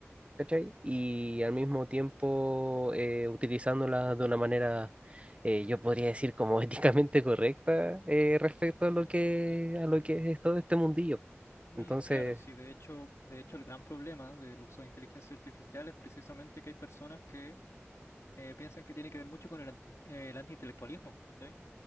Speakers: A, on the right; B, on the left.
A: ¿cachai? Y al mismo tiempo eh, utilizándola de una manera, eh, yo podría decir como <laughs> éticamente correcta eh, respecto a lo que, a lo que es todo este mundillo.
B: Mm,
A: Entonces...
B: claro, sí, de hecho, de hecho el gran problema del uso de inteligencia artificial es precisamente que hay personas que eh, piensan que tiene que ver mucho con el, anti- eh, el antiintelectualismo, ¿cachai?